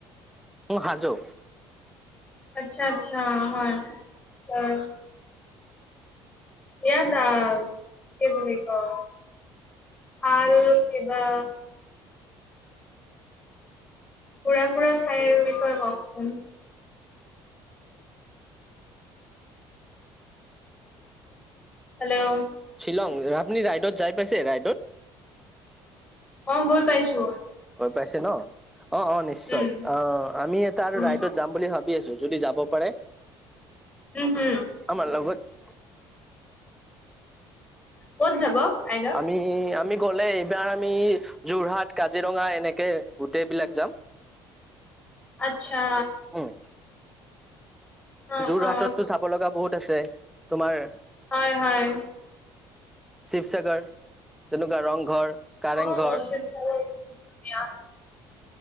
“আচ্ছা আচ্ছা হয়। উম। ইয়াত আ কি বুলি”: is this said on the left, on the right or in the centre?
Left